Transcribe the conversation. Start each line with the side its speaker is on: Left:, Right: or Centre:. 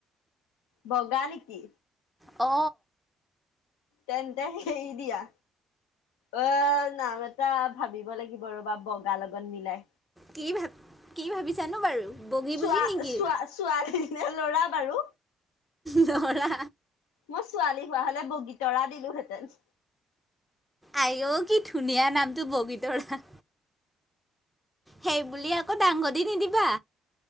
Left: বগা নেকি?
Centre: অ।
Left: তেন্তে এৰি দিয়া অ নাম এটা ভাবিব লাগিব ৰ'বা বগা লগত মিলাই।
Centre: কি ভাব কি ভাবিছানো বাৰু? বগী
Left: চোৱা
Centre: বুলি নেকি
Left: চোৱা ছোৱালীনে লৰা বাৰু?
Centre: ল'ৰা।
Left: মই ছোৱালী হোৱা হলে বগীতৰা দিলোহেঁতেন।
Centre: আইঔ কি ধুনীয়া নামটো বগীতৰা। সেইবুলি আকৌ ডাঙ দি নিদিবা।